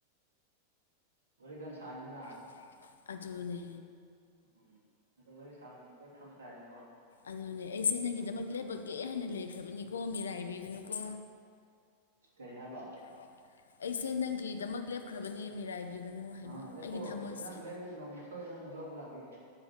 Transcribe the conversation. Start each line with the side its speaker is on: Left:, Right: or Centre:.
Right: ꯋꯥꯔꯤ ꯀꯟ ꯁꯥꯅꯤꯗꯅ
Left: <unintelligible> ꯑꯗꯨꯅꯦ
Right: ꯎꯝ ꯑꯗꯣ ꯋꯥꯔꯤ ꯁꯥꯕ ꯃꯇꯝꯗ ꯂꯣꯏ ꯈꯪꯕ ꯇꯥꯥꯏꯗꯅꯀꯣ
Left: ꯑꯗꯨꯅꯦ ꯑꯩꯁꯦ ꯅꯪꯒꯤꯗꯃꯛ ꯂꯦꯞꯄꯒꯦ ꯍꯥꯏꯅ ꯂꯩꯈ꯭ꯔꯕꯅꯤꯀꯣ ꯃꯤꯔꯥꯏꯕꯤꯒꯅꯨꯀꯣ
Right: ꯀꯩ ꯍꯥꯏꯕ
Left: ꯕꯥ ꯑꯩꯁꯦ ꯅꯪꯒꯤꯗꯃꯛ ꯂꯦꯞꯈ꯭ꯔꯕꯅꯦ ꯃꯤꯔꯥꯏꯕꯤꯒꯅꯨ ꯍꯥꯏꯕ
Right: ꯑꯥ ꯂꯦꯞꯄꯣ
Left: ꯑꯩꯒꯤ ꯊꯃꯣꯏꯁꯦ
Right: <unintelligible> ꯅꯣꯡꯃ ꯁꯣꯏ ꯅꯪꯕꯨ ꯂꯧꯕ ꯂꯥꯛꯀꯦ